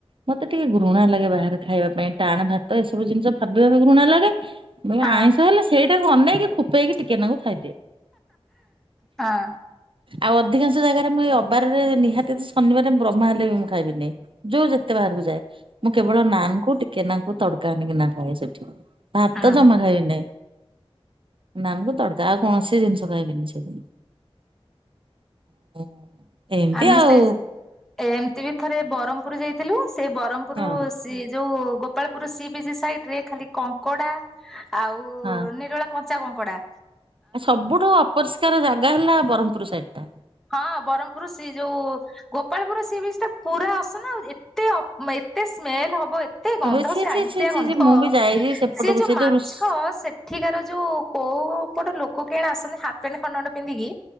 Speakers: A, on the right; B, in the centre.
A: ମତେ ଟିକେ ଘୃଣା ଲାଗେ ବାହାରେ ଖାଇବା ପାଇଁ ଟାଣ୍ ଭାତ ଏସବୁ ଜିନିଷ ଭାବି ବା ବି ଘୃଣା ଲାଗେ ବି
B: ହଁ
A: ଆଇଁଷ ହେଲେ ସେଇଟାକୁ ଅନେଇକି ଖୁପେଇକି ଟିକେ ନାକୁ ଖାଇଦିଏ।
B: ହଁ
A: ଆଉ ଅଧିକାଂଶ ଜାଗାରେ ମୁଁ ଏ ଅବାରରେ ନିହାତି ଶନିବାରେ ବ୍ରହ୍ମା ହେଲେ ବି ମୁଁ ଖାଇବିନି ଯୋଉ ଯେତେ ବାହାରକୁ ଯାଏ। ମୁଁ କେବଳ ନାନ୍ କୁ ଟିକେ ନାଙ୍କୁ ତଡକା ଆଣିକିନା ଖାଏ ସେଠି। ଭାତ
B: ହଁ
A: ଜମା ଖାଇବି ନାଇ ନାନ୍ କୁ ତଡକା ଆଉ କୌଣସି ଜିନିଷ ଖାଇବିନି ସେଇ <unintelligible>
B: ଆମେ
A: ଆଉ
B: ସେଇ ଏମ୍ତି ବି ଥରେ ବରହ୍ମପୁର୍ ଯାଇଥିଲୁ ସେ ବରହ୍ମପୁର୍
A: ହଁ
B: ସି ଯୋଉ ଗୋପାଳପୁର୍ ସି ବିଚ୍ ସାଇଡରେ ଖାଲି କଙ୍କଡା ଆଉ
A: ଆ
B: ନିରୋଳା କମ୍ ଚା କଙ୍କଡ଼ା
A: ସବୁଠୁ ଅପରିଷ୍କାର ଜାଗା ହେଲା ବରହ୍ମପୁର୍ ସାଇଟ୍ଟା।
B: ହଁ ବରହ୍ମପୁର୍ ସେ ଯୁ ଗୋପାଳପୁର୍ ସି ବିଚ୍ ଟା ପୁରା ଆସନା ଆଉ ଏତେ ଅପ୍ ଏତେ ସ୍ମେଲ ହବ ଏ ଏତେ ଗନ୍ଧ
A: ଏବେ ଛି
B: ସେ
A: ଛି
B: ଆଇଁଷିଆ
A: ଛି ଛି
B: ଗନ୍ଧ
A: ଛି ମୁଁ ବି ଯାଇଛି ସେପଟକୁ
B: ସିଏ ଯୋଉ
A: ସେ
B: ମାଛ
A: ରୁଷ୍
B: ସେଠିକାର ଯୋଉ କୋଉ ପଟ ଲୋକ କେଣେ ଆସନ୍ତି ହାପ୍ ପେଣ୍ଟ ଖଣ୍ଡେ ଖଣ୍ଡେ ପିନ୍ଧିକି